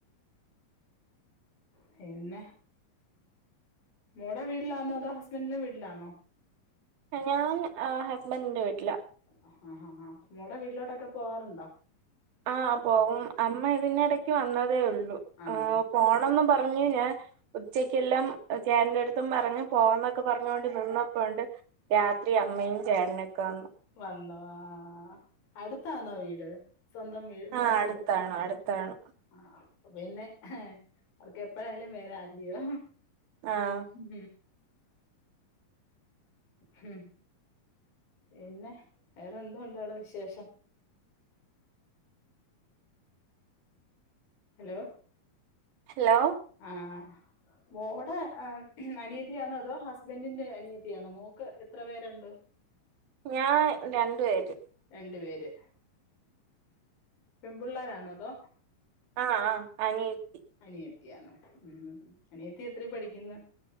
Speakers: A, on the left; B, on the right.
A: പിന്നെ. മോളെ വീടിലാണോ അതോ ഹസ്ബൻറിന്റെ വീട്ടിലാന്നോ.
B: ഞാൻ ആ ഹസ്ബൻഡിന്റെ വീട്ടില.
A: ആഹ് ആഹ് ആഹ് മോൾടെ വീട്ടിലോട്ടൊക്കെ പോവാറുണ്ടൊ.
B: ആഹ് പോവും അമ്മ ഇതിന്നിടക്ക് വന്നതേ ഉള്ളു.
A: ആന്നോ.
B: പോണംന്നും പറഞ് ഞാൻ. ഉച്ചക്കെല്ലാം ചേട്ടന്റെടുത്തും പറഞ്ഞ് പോകന്നൊക്കെ പറഞ്ഞൊണ്ട് നിന്നപ്പോ ഉണ്ട്. രാത്രി അമ്മയും ചേട്ടനൊക്കെ വന്നു.
A: വന്നോ ആഹ് അടുത്താന്നോ വീട് സ്വന്തം വീ ട് മോളെ
B: ആഹ് അടുത്താണ്
A: വീട്
B: അടുത്താണ്
A: ആ. ആഹ് അപ്പ പിന്നെ അവർക്ക് എപ്പഴായാലും വരാ അല്ലയോ.
B: ആഹ്.
A: ഉം ഹും. പിന്നെ വേറെ എന്തോണ്ടവ്ട വിശേഷം. ഹലോ.
B: ഹലോ.
A: ആഹ്. മോടെ എ അനിയതിയാന്നൊ അതോ ഹസ്ബൻഡിന്റെ അനിയതിയാണോ മോക്ക് എത്ര പേരുണ്ട്.
B: ഞാൻ രണ്ട് പേര്.
A: രണ്ടു പേര് പെൺപിള്ളേരാന്നോ അതോ.
B: ആഹ് ആഹ് അനിയത്തി.
A: അനിയത്തിയാന്നോ ഉം അനിയത്തി എത്രെ പഠിക്കുന്ന്‌.